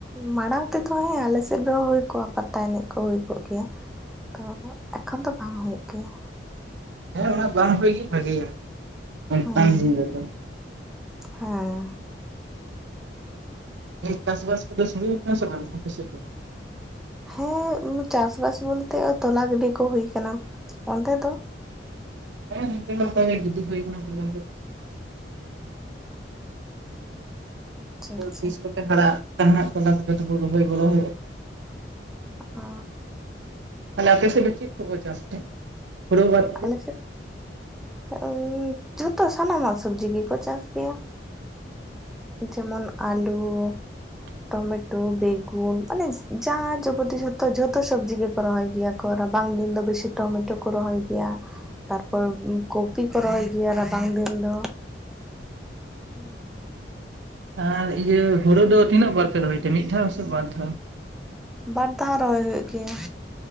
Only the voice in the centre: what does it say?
ᱢᱟᱲᱟᱝ ᱛᱮᱫᱚ ᱦᱮᱸ ᱟᱞᱮ ᱥᱮᱫ ᱨᱮᱦᱚᱸ ᱦᱳᱭ ᱠᱚᱜᱼᱟ ᱯᱟᱛᱟ ᱮᱱᱮᱡ ᱠᱚ ᱦᱳᱭ ᱠᱚᱜ ᱜᱮᱭᱟ ᱛᱚ ᱮᱠᱷᱚᱱ ᱫᱚ ᱵᱟᱝ ᱦᱳᱭᱩᱜ ᱜᱮᱭᱟ
ᱦᱮᱸ
ᱦᱮᱸ
ᱦᱮᱸ ᱩᱸ ᱪᱟᱥᱵᱟᱥ ᱵᱚᱞᱛᱮ ᱛᱚᱞᱟ ᱜᱤᱰᱤ ᱠᱚ ᱦᱩᱭ ᱠᱟᱱᱟ ᱚᱸᱰᱮ ᱫᱚ
ᱟᱪᱪᱷᱟ ᱟᱪᱪᱷᱟ
ᱚ
ᱟᱞᱮ ᱥᱮᱫ ᱚᱝᱻ ᱡᱷᱚᱛᱚ ᱥᱟᱱᱟᱢᱟᱜ ᱥᱚᱵᱡᱤ ᱜᱮᱠᱚ ᱪᱟᱥ ᱜᱮᱭᱟ᱾ ᱡᱮᱢᱚᱱ ᱟᱞᱩ,
ᱴᱚᱢᱮᱴᱳ, ᱵᱮᱜᱩᱱ ᱟᱱᱤᱡ ᱡᱟᱦᱟ ᱡᱚᱵᱚᱛᱤ ᱡᱷᱚᱛᱚ ᱡᱷᱚᱛᱚ ᱥᱚᱵᱡᱤ ᱜᱮᱠᱚ ᱨᱚᱦᱚᱭ ᱜᱮᱭᱟ ᱠᱚ᱾ ᱨᱟᱵᱟᱝ ᱫᱤᱱ ᱫᱚ ᱵᱮᱥᱤ ᱴᱚᱢᱮᱴᱳ ᱠᱚ ᱨᱚᱦᱚᱭ ᱜᱮᱭᱟ ᱛᱟᱨᱯᱚᱨ ᱠᱚᱯᱤ ᱠᱚ ᱨᱚᱦᱚᱭ ᱜᱮᱭᱟ ᱨᱟᱵᱟᱝ ᱫᱤᱱ ᱫᱚ᱾ ᱫᱚ ᱦᱩᱸ
ᱵᱟᱨ ᱫᱷᱟ ᱨᱚᱦᱚᱭ ᱦᱳᱭᱳᱜ ᱜᱮᱭᱟ᱾